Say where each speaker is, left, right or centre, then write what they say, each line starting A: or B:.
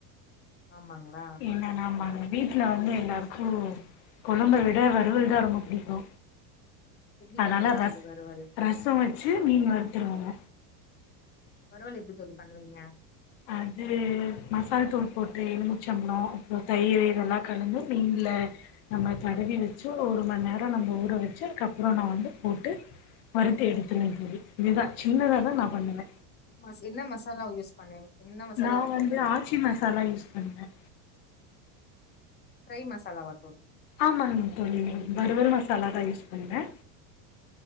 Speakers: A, on the left; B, on the left.
A: ஆமாங்களா
B: என்ன நாமாங்க வீட்டுல வந்து எல்லாருக்கு குழம்ப விட வறுவல் தா ரொம்ப பிடிக்கு
A: எப்டி
B: அதனால
A: பண்ணுவீங்க
B: ரஷ்
A: தோழி வறுவல்
B: ரசம் வச்சு மீன் வறுத்துருவங்க
A: வறுவல் எப்படி தோழி பண்ணுவீங்க
B: அது மசால்தூள் போட்டு எலுமிச்சம் பழ அப்பறம் தயிர் இதெல்லா கலந்து மீன்ல நம்ம தடவி வச்சு ஒரு ம நேரம் நம்ம ஊற வச்சு கப்புறம் நா வந்து போட்டு வறுத்து எடுத்துடுவ தோழி இதுதா சின்னதாதா நா பண்ணுவ
A: மாச என்ன மசாலாவ யூஸ் பண்ணுவீங்க என்ன மசாலா
B: நா வந்து
A: போடுவீங்க
B: ஆச்சி
A: தோழி
B: மசாலா யூஸ் பன் என்ன
A: ஃபிரை மசாலா வா
B: ஆமாங்க தோழி வறுவல் மசாலாதா யூஸ் என்ன